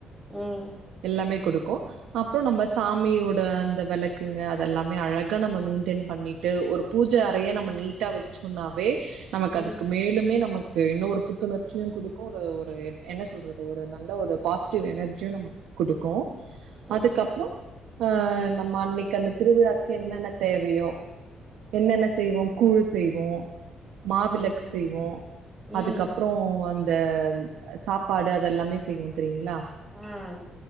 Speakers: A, in the centre; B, on the right (about 85°).
A: ம்.
B: எல்லாமே குடுக்கு அப்றோ நம்ப சாமியோட அந்த வெள க்குங்க அதெல்லாமே அழகா நம்ம மெயின்டென் பண்ணிட்டு ஒரு பூஜ அறைய நம்ம நீட்டா வெச்சோன்னாவே நமக்கு
A: ம் ம்
B: அதுக்கும் மேலுமே நமக்கு இன்னு ஒரு புத்துணர்ச்சியு குடுக்கு ஒரு ஒரு எட் என்ன சொல்றது ஒரு நல்ல ஒரு பாசிட்டிவ் எனர்ஜியு நமக் குடுக்கு
A: ம்
B: அதுக்கப்றோ ஆ நம்ம அன்னை க்கு அந்த திருவிழாக்கு என்னென்ன தேவையோ என்னென்ன செய்வோ கூழு செய்வோ மாவிளக்கு
A: ம்
B: செய்வோ
A: ம்
B: அதுக்கப்றோ
A: ம்
B: அ ந்த அ சாப்பாடு அதெல்லாமே செய்வோ தெரிங்ளா.
A: ஆ